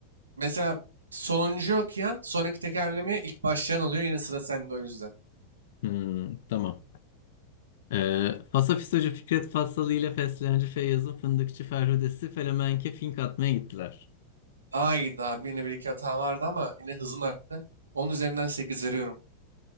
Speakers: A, on the right (about 75°); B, on the left (about 55°).
A: Mesela sonuncu okuyan sonraki tekerlemeye ilk başlayan oluyor. Yine sıra sende o yüzden.
B: Hmm, tamam. Ee, Fasafisocu Fikret Fassalı ile Fesleğenci Feyyaz'ın Fındıkçı Ferhudesi Felemenke fink atmaya gittiler.
A: Daha iyiydi abi. Yine bir iki hata vardı ama yine hızın arttı. Onun üzerinden 8 veriyorum.